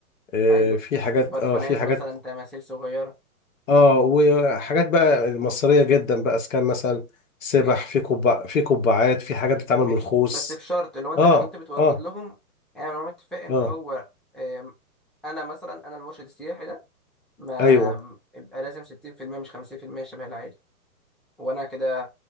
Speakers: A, on the left; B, in the centre.
A: آه،
B: ايوه
A: في حاجات
B: برفانات
A: اه في حاجات
B: مثلا تماثيل صغيرة
A: اه وحاجات بقى المصريه جدا بقى اسكان مثلا سبح
B: ماشي
A: في كوبا في قبعات في حاجات بتتعمل
B: ماشي
A: من الخوص
B: بس بشرط لو انت
A: اه
B: انت بتورد
A: اه
B: لهم اعمل معاهم اتفاق ان
A: اه
B: هو آم، انا مثلا انا المرشد السياحي ده ما
A: ايوه
B: يبقى لازم ستين في المية مش خمسين في المية شبه العادي وانا كده